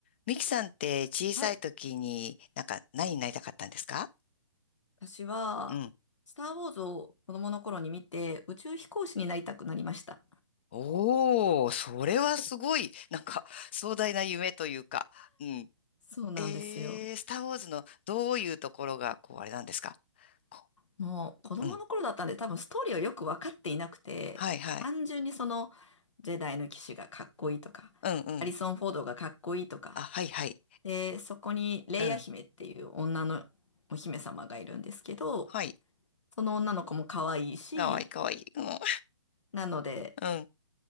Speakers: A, on the left; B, on the left.
A: ミキさんって小さい時になんか何になりたかったんですか
B: はい。私は、
A: うん。
B: スター・ウォーズを子供の頃に見て、宇宙飛行士になりたくなりました。
A: おお、それはすごい、なんか壮大な夢というか。うん。
B: そうなんですよ。
A: えー、スター・ウォーズのどういうところが、こう、あれなんですかこ
B: もう、子供の頃だったんで、
A: ううん。
B: 多分ストーリーをよく分かっていなくて、
A: はいはい。
B: 単純にその、ジェダイの騎士がかっこいいとか、
A: うんうん。
B: ハリソン・フォードがかっこいいとか、
A: あ、はいはい。
B: で、そこにレイヤ姫っていう女のお姫様がいるんですけど、
A: うん。はい。
B: その女の子も可愛いし、
A: かわいいかわいい。うん。
B: なので、
A: うん。